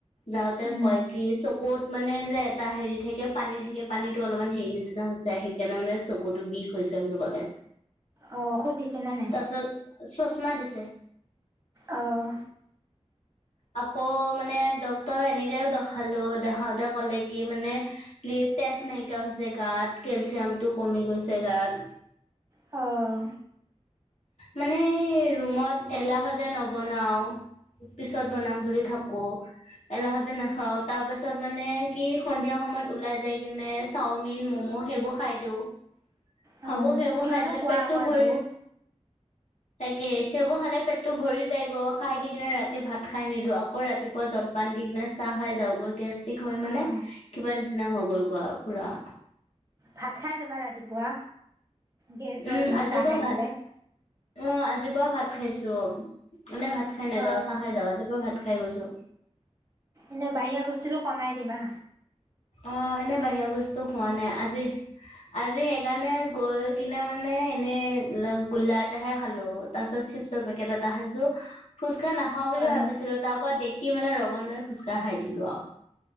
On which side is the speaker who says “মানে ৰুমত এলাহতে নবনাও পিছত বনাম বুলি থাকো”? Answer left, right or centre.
Left